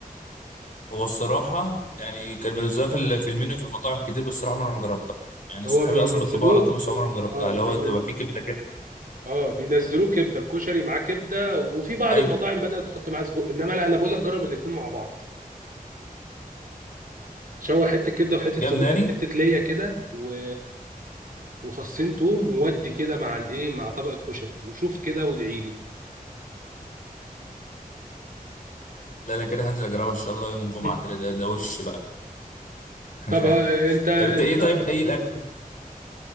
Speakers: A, on the left; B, on the right.
A: هو الصراحه يعني كان بينزلها في ال- في المنيو في المطاعم كتير بس الصراحه ما انا ما جربتها يعني
B: هو
A: صحابي
B: بينزلوه
A: اصلا بيطلبوها على طول
B: بي...
A: بس عمري ما جربتها
B: اه
A: اللي
B: بين...
A: هو بتبقى فيه كبده
B: اه بينزلوه كبده الكشري معاه كبده وفي بعض
A: كده
B: المطاعم بدات تحط معاه سجق انما لا انا بقول لك جرب الاثنين مع بعض شوح حته كبده وحته
A: جمداني
B: سجق حته ليا كده و... وفصين توم وودي كده مع الايه مع طبق الكشري وشوف كده وادعي لي
A: لا انا كده هنزل اجربها ان شاء الله يوم الجمعه
B: <laughs>
A: كده ده ده وش بقى <laughs>
B: طب ها- انت انت
A: طب انت ايه طيب ايه الاكل